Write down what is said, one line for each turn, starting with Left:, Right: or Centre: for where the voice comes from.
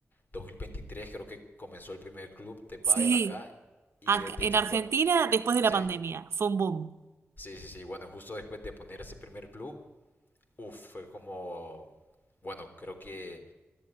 Left: 2023 creo que comenzó el primer club de pádel
Right: Sí,
Left: acá y
Right: ac-
Left: desde
Right: en
Left: que,
Right: Argentina
Left: co-
Right: después de
Left: sí.
Right: la pandemia fue un boom.
Left: Sí, sí, sí. Bueno, justo después de poner ese primer club, uff, fue como, bueno, creo que